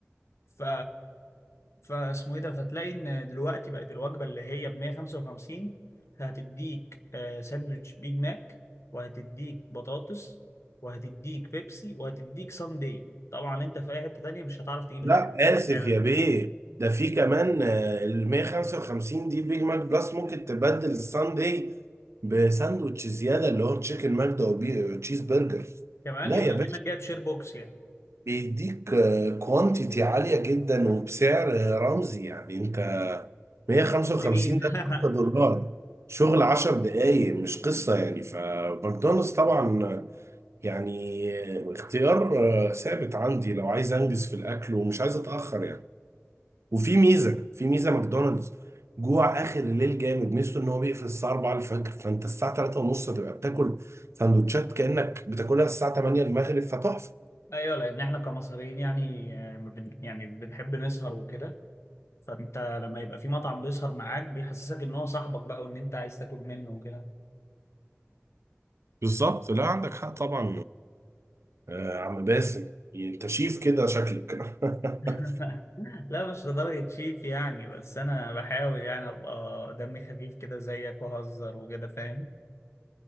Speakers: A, on the left; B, on the right.
A: ف فاسمه ايه ده فتلاقي ان دلوقتي بقت الوجبه اللي هي ب 155 هتديك آه، ساندوتش بيج ماك وهتديك بطاطس وهتديك بيبسي وهتديك ساندي طبعا انت في اي حته تانيه مش هتعرف تجيب
B: لا
A: الحاجات دي
B: اسف
A: بالسعر
B: يا
A: ده
B: بيه ده في كمان آه، ال 155 دي بيج ماك بلس ممكن تبدل الساندي بساندوتش زياده اللي هو تشيكن ماجدا وتشيز برجر
A: كمان
B: لا
A: يبقى
B: يا باشا
A: اكنك جايب شير بوكس يعني
B: بيديك كوانتيتي عاليه جدا وبسعر آه، رمزي يعني انت 155
A: قصدي مين
B: ده
A: <laughs>
B: 3 دولار شغل 10 دقايق مش قصه يعني فماكدونالدز طبعا يعني آه، اختيار آه، ثابت عندي لو عايز انجز في الاكل ومش عايز اتاخر يعني وفي ميزه في ميزه ماكدونالدز جوع اخر الليل جامد ميزته ان هو بيقفل الساعه 4 الفجر فانت الساعه 3 ونص تبقى بتاكل سندوتشات كانك بتاكلها الساعه 8 المغرب فتحفه
A: ايوه لان احنا كمصريين يعني آه، ما بن- يعني بنحب نسهر وكده فانت لما يبقى في مطعم بيسهر معاك بيحسسك ان هو صاحبك بقى وان انت عايز تاكل منه وكده
B: بالظبط لا عندك حق طبعا آه عم باسم انت شيف كده شكلك <laughs>
A: <laughs> لا مش لدرجة شيف يعني بس انا بحاول يعني ابقى دمي خفيف كده زيك واهزر وكده فاهم